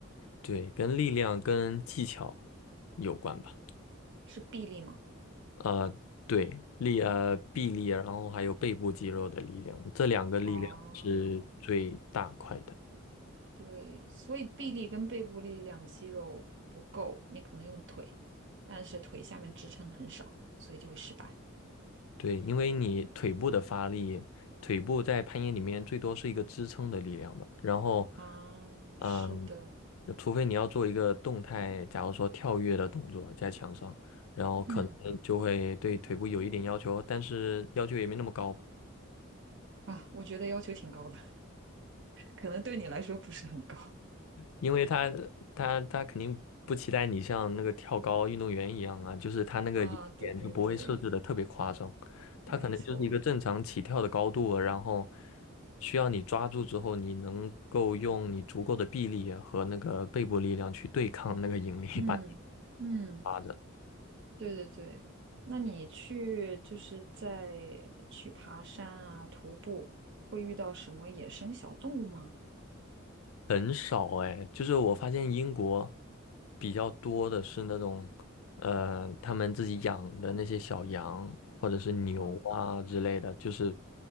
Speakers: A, on the left (about 85°); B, on the right (about 60°).
A: 对，跟力量跟技巧有关吧。
B: 是臂力吗？
A: 呃，对，力呃臂力，然后还有背部肌肉的力量，这两个力量是最大块的。
B: 哦，对，所以臂力跟背部力量肌肉不够，你可能用腿，但是腿下面支撑很少，所以就会失败。
A: 对，因为你腿部的发力，腿部在攀岩里面最多是一个支撑的力量吧。然后，
B: 啊，
A: 嗯，
B: 是的，
A: 除非你要做一个动态，假如说跳跃的动作在墙上，然后可能就会对腿部有一点要求，
B: 嗯，
A: 但是要求也没那么高吧。
B: 啊，我觉得要求挺高的，<laughs> 可能对你来说不是很高。
A: 因为他他他肯定不期待你像那个跳高运动员一样啊，就是他那个眼点就不会设置的特别夸张，
B: 啊，对对对。
A: 他可能就是一个正常起跳的高度啊，
B: 没错，
A: 然后需要你抓住之后，你能够用你足够的臂力啊和那个背部力量去对抗那个引力 <laughs>，
B: 嗯嗯
A: 把你抓着。
B: 对对对。那你去就是在去爬山啊、徒步，会遇到什么野生小动物吗？
A: 很少哎，就是我发现英国比较多的是那种，呃，他们自己养的那些小羊或者是牛啊之类的，
B: 哦，
A: 就是。